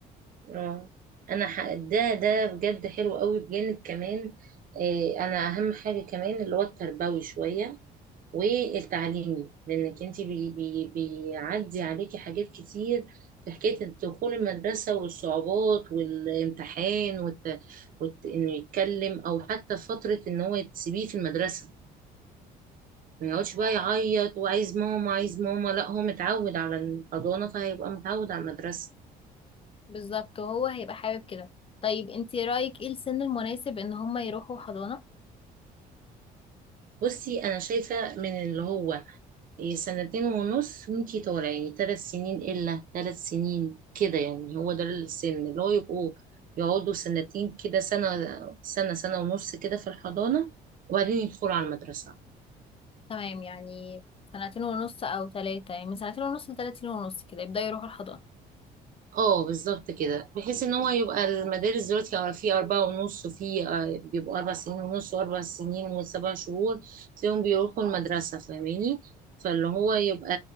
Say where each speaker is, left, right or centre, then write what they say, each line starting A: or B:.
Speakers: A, on the right; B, on the left.
A: آه. انا ح- ده ده بجد حلو قوي بجانب كمان إيه، انا اهم حاجة كمان اللي هو التربوي شوية والتعليمي لانك انت بي بي بيعدي عليكي حاجات كتير في حكايه دخول المدرسه والصعوبات والامتحان وت... وت... انه يتكلم او حتى فتره ان هو تسيبيه في المدرسه ما يقعدش بقى يعيط وعايز ماما عايز ماما لا هو متعود على الحضانه فهيبقى متعود على المدرسه
B: بالظبط وهو هيبقى حابب كده طيب انتي رأيك ايه السن المناسب ان هما يروحوا حضانة؟
A: بصي انا شايفه من اللي هو إيه سنتين ونص وانتي طالع يعني ثلاث سنين إلا ثلاث سنين كده يعني هو ده السن اللي هو يبقوا يقعدوا سنتين كده سنة سنة سنة ونص كده في الحضانة وبعدين يدخلوا على المدرسة
B: تمام يعني سنتين ونص أو تلاتة يعني من سنتين ونص لتلاتين ونص كده يبدأوا يروحوا الحضانة
A: اه بالظبط كده بحيث ان هو يبقى المدارس دلوقتي أو في اربعة ونص وفي آه، بيبقوا اربع سنين ونص واربع سنين وسبع شهور تلاقيهم بيروحوا المدرسة فاهماني فاللي هو يبقى